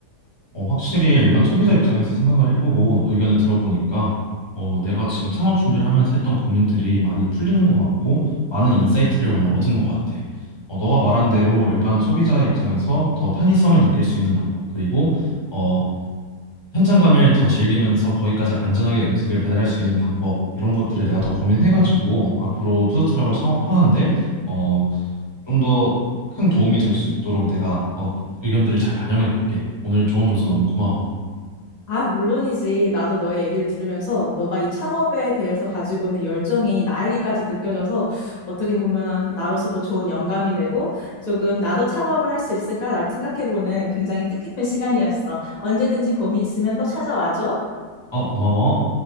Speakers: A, on the left (about 20°); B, on the left (about 75°).
A: 어, 확실히 일반 소비자 입장에서 생각을 해보고 의견을 들어보니까 어, 내가 지금 창업 준비를 하면서 했던 고민들이 많이 풀리는 것 같고 많은 인사이트를 오늘 얻은 것 같아. 어, 너가 말한 대로 일반 소비자 입장에서 더 편의성을 느낄 수 있는 방법 그리고 어, 현장감을 더 즐기면서 거기까지 안전하게 음식을 배달할 수 있는 방법 이런 것들을 내가 더 고민해가지고 앞으로 푸드트럭을 창업하는데 어, 좀 더 큰 도움이 될 수 있도록 내가 어, 의견들을 잘 반영해 볼게. 오늘 조언 줘서 너무 고마워.
B: 아, 물론이지. 나도 너의 얘기를 들으면서 너가 이 창업에 대해서 가지고 있는 열정이 나에게까지 느껴져서 어떻게 보면 나로서도 좋은 영감이 되고 조금 나도 창업을 할 수 있을까라고 생각해보는 굉장히 뜻깊은 시간이었어. 언제든지 고민 있으면 또 찾아와줘.
A: 어, 고마워.